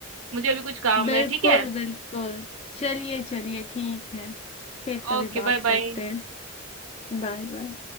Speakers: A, on the right (about 75°); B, on the left (about 30°).
A: मुझे अभी कुछ काम
B: बिल्कुल
A: है ठीक है
B: बिल्कुल चलिए चलिए ठीक है फिर कभी
A: Okay
B: बात
A: bye bye
B: करते हैं Bye bye